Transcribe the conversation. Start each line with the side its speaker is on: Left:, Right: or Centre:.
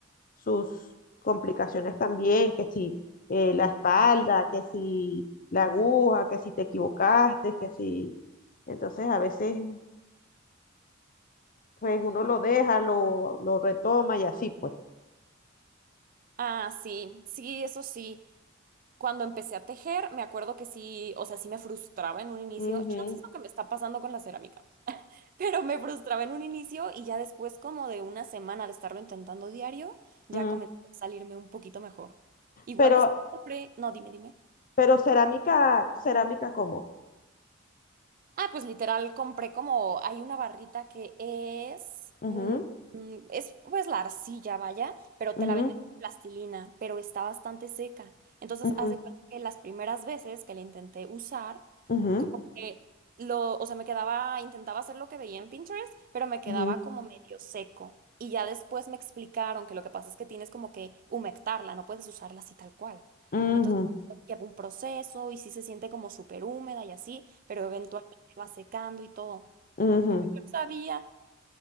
Left: sus complicaciones también, que si eh, la espalda, que si la aguja, que si te equivocaste, que si... Entonces a veces pues uno lo deja, lo, lo retoma y así pues.
Right: Ah, sí, sí, eso sí. Cuando empecé a tejer, me acuerdo que sí, o sea, sí me frustraba en un inicio.
Left: Ujú,
Right: Chance es lo que me está pasando con la cerámica, <laughs> pero me frustraba en un inicio y ya después, como de una semana de estarlo intentando diario, ya
Left: mm.
Right: comenzó a salirme un poquito mejor. Igual
Left: Pero,
Right: después compré, no, dime, dime.
Left: pero cerámica, cerámica como.
Right: Ah, pues literal compré como, hay una barrita que es,
Left: Ujú,
Right: mm, mm, es pues la arcilla, vaya, pero
Left: ujú,
Right: te la venden con plastilina, pero está bastante seca. Entonces,
Left: ujú,
Right: haz de cuenta que las primeras veces que la intenté usar,
Left: ujú,
Right: como que lo, o sea, me quedaba, intentaba hacer lo que veía en Pinterest, pero me quedaba
Left: ujú,
Right: como medio seco. Y ya después me explicaron que lo que pasa es que tienes como que humectarla, no puedes usarla así tal cual.
Left: ujú,
Right: Entonces lleva un proceso y sí se siente como súper húmeda y así, pero eventualmente va secando y todo.
Left: ujú, ujú.
Right: Yo no sabía.